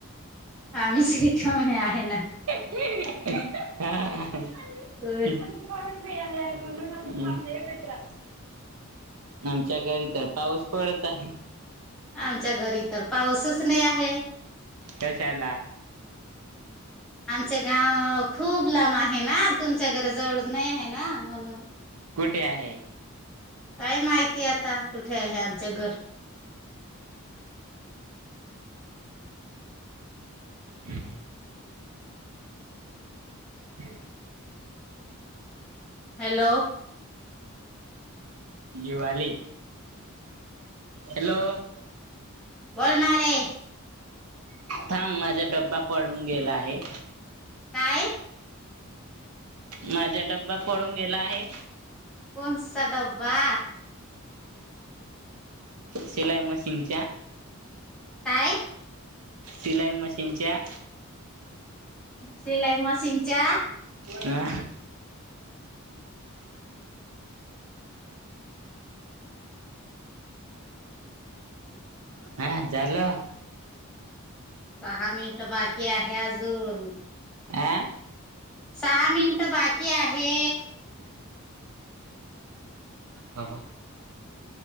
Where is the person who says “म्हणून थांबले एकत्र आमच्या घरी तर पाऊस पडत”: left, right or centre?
Right